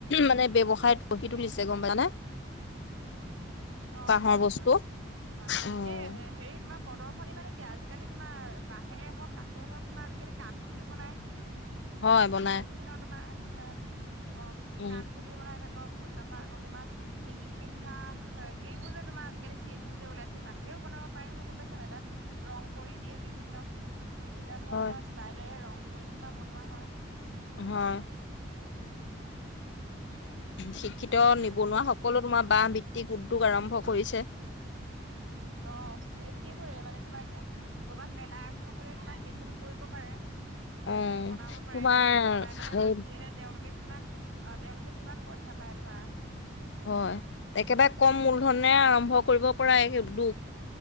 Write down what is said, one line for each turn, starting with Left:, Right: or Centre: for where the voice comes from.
Left: মানে ব্যাৱসায় গঢ়ি তুলিছে গম পাইছানে?
Right: অ,
Left: বাঁহৰ
Right: হয়-হয়
Left: বস্তু।
Right: তোমাৰ
Left: অ
Right: এ হেৰি তোমাক প্ৰদৰ্শনী মানে কি আজিকালি তোমাৰ বাঁহেৰে হওক, কাঠেৰে হওঁক তোমাৰ আজিকালি কাণফুলি বনাই
Left: হয় বনাই
Right: বিভিন্ন তোমাৰ অ কাণ
Left: উম
Right: কাণফুলি বনাই থাকক তাপা আকৌ তোমাৰ ডিঙিত পিন্ধা এইবোৰ যে তোমাৰ আজিকালি চেটবোৰ যে ওলাইছে বাঁহেৰেও বনাব পাৰি নহয় গম পাইছা নাই তাত ৰং কৰি দিয়ে বিভিন্ন, বিভিন্ন ধৰণৰ
Left: হয়
Right: ষ্টাইলেৰে ৰং কৰি তোমাৰ বনোৱা হয়।
Left: হয়। শিক্ষিত
Right: তাৰপিছত
Left: নিবনুৱা
Right: তোমাৰ
Left: সকলো তোমাৰ বাহ ভিত্তিক উদ্যোগ আৰম্ভ কৰিছে।
Right: অ, সেইবোৰে মানে তোমাৰ এতিয়া ক'ৰবাত মেলা এখন হ'লে তোমাৰ সেইখিনি কৰিব পাৰে।
Left: উম
Right: বনাব পাৰে
Left: তোমাৰ
Right: বনাই পেলাই তাত
Left: এই
Right: দিয়ে তেওঁলোকে। কিমান অ' তেওঁলোকে কিমান পইচা পায় ধৰা
Left: হয়, একেবাৰে কম মূলধনে আৰম্ভ কৰিব পৰা এই উদ্যোগ।